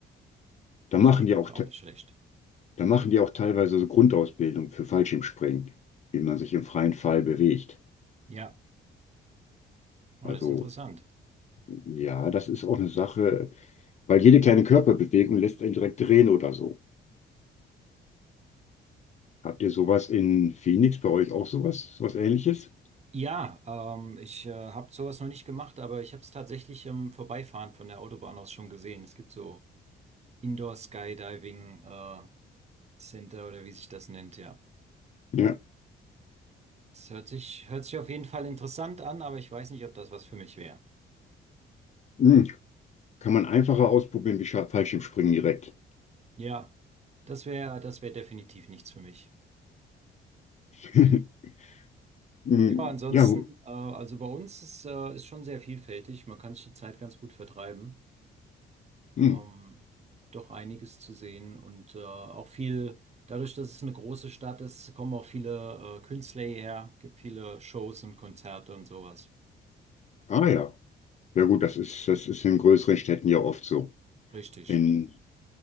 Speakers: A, on the left; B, on the right.
A: Da
B: das
A: machen
B: ist bestimmt
A: die auch,
B: auch
A: te-
B: nicht schlecht.
A: da machen die auch teilweise so Grundausbildung für Fallschirmspringen, wie man sich im freien Fall bewegt.
B: Ja, oh,
A: Also,
B: das ist interessant.
A: ja, das ist auch eine Sache, weil jede kleine Körperbewegung lässt einen direkt drehen oder so. Habt ihr sowas in Phoenix bei euch auch sowas, sowas Ähnliches?
B: Ja, ähm, ich äh, habe sowas noch nicht gemacht, aber ich habe es tatsächlich im Vorbeifahren von der Autobahn aus schon gesehen. Es gibt so Indoor Skydiving äh, Center oder wie sich das nennt, ja.
A: Ja.
B: Das hört sich, hört sich auf jeden Fall interessant an, aber ich weiß nicht, ob das was für mich wäre.
A: Hm. Kann man einfacher ausprobieren wie Scha- Fallschirmspringen direkt.
B: Ja, das wäre, das wäre definitiv nichts für mich.
A: <laughs> Hm.
B: Ja, ansonsten,
A: Ja,
B: äh, also bei uns ist, äh, ist schon sehr vielfältig. Man kann sich die Zeit ganz gut vertreiben.
A: hm.
B: Ähm, doch einiges zu sehen und äh, auch viel, dadurch, dass es eine große Stadt ist, kommen auch viele äh, Künstler hierher, gibt viele Shows und Konzerte und sowas.
A: Ah ja. Ja gut, das ist, das ist in größeren Städten ja oft so.
B: Richtig.
A: in,